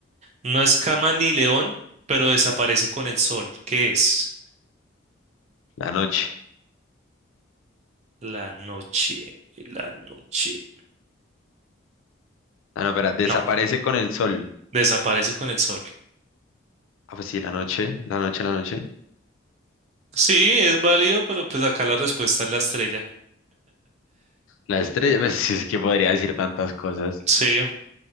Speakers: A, on the right (about 35°); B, on the left (about 80°).
A: No es cama ni león, pero desaparece con el sol. ¿Qué es?
B: La noche.
A: La noche, la noche.
B: Ah, no, espera, desaparece
A: No.
B: con el sol.
A: Desaparece con el sol.
B: Ah, pues sí, la noche, la noche, la noche.
A: Sí, es válido, pero pues acá la respuesta es la estrella.
B: La estrella, pues sí, es que podría decir tantas cosas.
A: Sí,